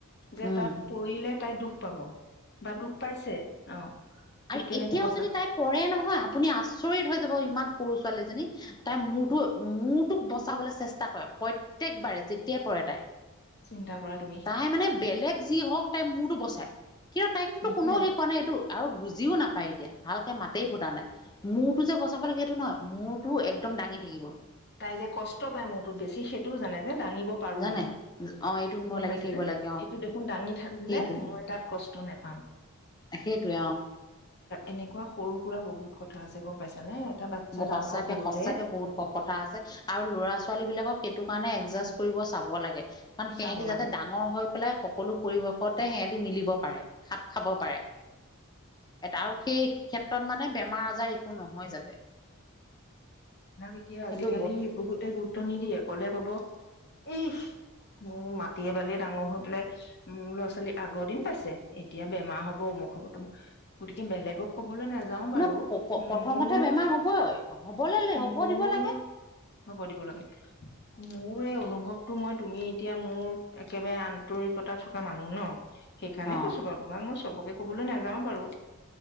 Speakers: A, on the left; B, on the left.
A: যে
B: উম
A: তাত পৰিলে তাই দুখ খ পাব বা দুখ পাইছে অ তোক
B: আৰু
A: কেনেকে
B: এতিয়াও
A: বচা
B: যদি তাই পৰে নহয় আপুনি আচৰিত হৈ যাব ইমান সৰু ছোৱালীজনী তাই মোৰতো মৰটোক বচাবলৈ চেষ্টা কৰে প্ৰত্যেকবাৰে যেতিয়াই পৰে কটাই
A: চিন্তা কৰা তুমি
B: তাই মানে বেলেগ যি হওক তাই মোৰটো বচায়। কিন্তু তাইকতো
A: দেখিলা
B: কোনও শিকোৱা নাই এইটো আৰু বুজ বজিও নাপায় এতিয়া ভালকে মাতে ফুটা নাই মূৰটো যে বচাব লাগে সেইটো নহয় মূৰটো একদম দাঙি থাকিব
A: তাই যে কষ্ট পায় মোৰটোত বেছি সেইটোও জানে। দাঙিব পাৰো
B: জানে
A: মই
B: অ এইটোত মই
A: গম
B: লাগি
A: পাইছ
B: থাকিব
A: নে,
B: লাগে অ
A: এইটো দেখোন দাঙি থাকিলে
B: সেইটোৱে
A: মই তাত কছ কষ্ট নোপাম
B: সেইটোৱে অ।
A: এনেকুৱা সৰু সুৰা বহুত কথা আছে গম পাইছ নে, এটা বাচ্ছা
B: সঁচাকে
A: ডাঙৰ কৰোতে।
B: সঁচাকে বহুত কথা আছে আৰু ল'ৰা-ছোৱালীবিলাকক সেইটো কাৰণে একজাষ্ট কৰিব চাব লাগে। কাৰণ সিহঁতি
A: চাব লাগে
B: যাতে ডাঙৰ হৈ পেলাই সকলো পৰিৱেশতে সিহতি মিলিব পাৰে খাপ খাব পাৰে আৰু সেই ক্ষেত্ৰ তাত মানে বেমাৰ আজাৰ একো নহয় যাতে
A: সেইবিলাক এতিয়া
B: সেইটো
A: আজিকালি বহুতে গুৰুত্ব নিদিয়ে ক'লে ক'ব এই উ মাটি বালিয় ডাঙৰ হৈ পেলাই উম ল'ৰা ছোৱালী আগৰ দিন পাইছে এতিয়া বেমাৰ হ'ব। হ'বো গতিকে বেলেগক ক'বলৈ নাযাও বাৰু
B: ন
A: মোৰ
B: প্ৰথমতে বেমাৰ হ'বই হ'বলৈ হ'ব
A: মোৰ
B: দিব লাগে
A: হ'ব দিব লাগে। মোৰ এই অনুভৱটো মই তুমি এতিয়া মোৰ একেবাৰে আন্তৰিকতা থকা মানুহ ন সেইকাৰণে
B: অ
A: কৈছো বাৰু তোমাক মই চবকে ক'বলৈ নাযাওঁ বাৰু